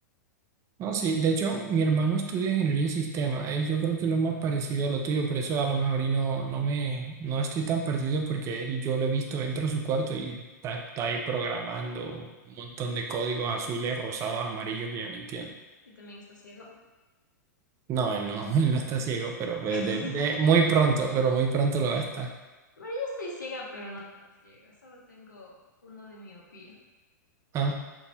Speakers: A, on the right; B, on the left.
A: No, sí, de hecho, mi hermano estudia ingeniería de sistemas. eh, yo creo que es lo más parecido a lo tuyo, por eso a lo mejor y no, no me, no estoy tan perdido porque él, yo lo he visto, entro a su cuarto y está, está ahí programando un montón de códigos azules, rosados, amarillos que yo no entiendo.
B: Y también está ciego.
A: No, él no, <laughs> él no está ciego, pero de-
B: <laughs>
A: de- de- muy pronto, pero muy pronto lo va a estar.
B: Bueno, yo estoy ciega, pero no tan ciega. Solo tengo uno de miopía.
A: Ah,